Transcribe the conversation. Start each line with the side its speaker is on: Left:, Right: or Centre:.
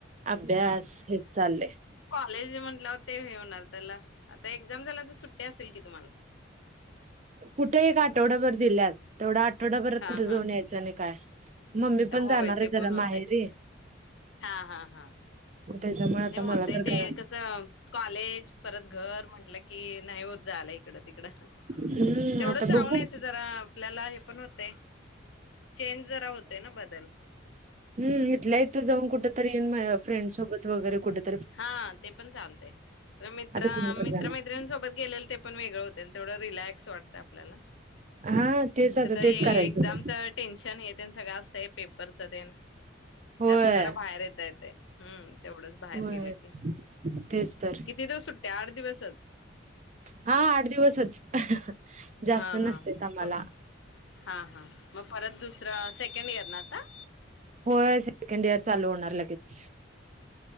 Right: अभ्यास हेचचाले
Left: कॉले जे म्हट होते हे होणार त्याला आता एक्झाम झाल्यांतर सुट्टी असेल कि तुम्हाला
Right: कुठे एक आठवडाभर दिल्यात तेवढा आ आठवडाभरात
Left: हा
Right: कुठे
Left: हा
Right: जाऊन यायचं नाही काय मम्मी
Left: हा
Right: पण
Left: होय
Right: जाणार आहे
Left: ते
Right: जरा
Left: पण होतय
Right: माहेरी
Left: हा हा हा
Right: त्याच्यामुळे आता
Left: नाही होतय
Right: मला तर
Left: ते
Right: काय
Left: कसं कॉलेज परत घर म्हंटलं की नाही होत जाला इकडं तिकडं
Right: हम्म
Left: तेवढंच
Right: आता
Left: जाऊनयचं
Right: बघू
Left: जरा आपल्याला हे पण होते चेंज जरा होते ना बदल
Right: हम् इथल्या इथं जावऊन कुठात त फ्रेड सोबत वगैरे कुठे
Left: हा ते पण चालत तर मित्र
Right: कुणीकडे
Left: मित्र
Right: जाणार
Left: मैत्रिसोबत गेलेल ते पण वेगळं होते तेवढं रिलॅक्स वाटत आपल्याला
Right: हा तेच आता
Left: क हे
Right: तेच करायचं
Left: एक्झामच टेनशन हे सगळं असतं पेपरच ते त्यातून
Right: होय
Left: जरा बाहेर येत येते हम्म तेवढंच कुठे
Right: होय
Left: गेलं की
Right: तेच तर
Left: किती दिवस सुट्ट्या आठ दिवसच
Right: हा आठ दिवसच जास्त
Left: हा हा,
Right: नसते आम्हाला
Left: प हा हा मग परत दुस रा सेकंड इयर ना आता?
Right: होय सेकंड इयर चालू होणार लगेच